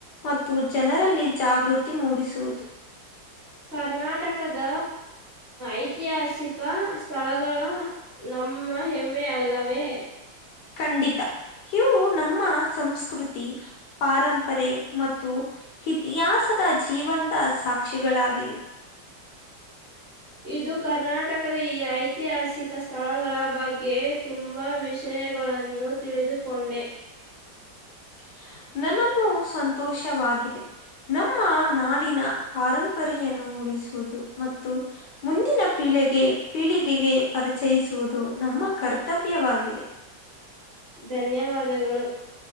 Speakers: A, on the left; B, on the right.
A: ಮತ್ತು ಜನರಲ್ಲಿ ಜಾಗೃತಿ ಮೂಡಿಸುವುದು
B: ಕರ್ನಾಟಕದ ಐತಿಹಾಸಿಕ ಸ್ಥಳಗಳ ನ ಅಮ್ಮ ಹೆಮ್ಮೆ ಅಲ್ಲವೇ
A: ಖಂಡಿತ ಇವು ನಮ್ಮ ಸಂಸ್ಕೃತಿ ಪಾರಂಪರೆ ಮತ್ತು ಇತಿಹಾಸ ದ ಜೀವಂತ ಸಾಕ್ಷಿಗಳಾಗಿವೆ
B: ಇದು ಕರ್ನಾಟಕದ ಈ ಐತಿಹಾಸಿಕ ಸ್ಥಳಗಳ ಬಗ್ಗೆ ತುಂಬಾ ವಿಶೇಷ ಗಳನ್ನು ತಿಳಿದುಕೊಂಡೆ
A: <inaudible> ಹ ನನಗೂ ಸಂತೋಷವಾಗಿದೆ ನಮ್ಮ ನಾಡಿನ ಪಾರಂಪರೆಯ ನು ಬಿಡುವುದು ಮತ್ತು ಮುಂದಿನ ಪೀಳಿಗೆ ಪೀಳಿಗೆಗೆ ಪರಿಚಯಿಸುವುದು ನಮ್ಮ ನಮ್ಮಕರ್ತವ್ಯವಾಗಿದೆ
B: ಧನ್ಯವಾದಗಳು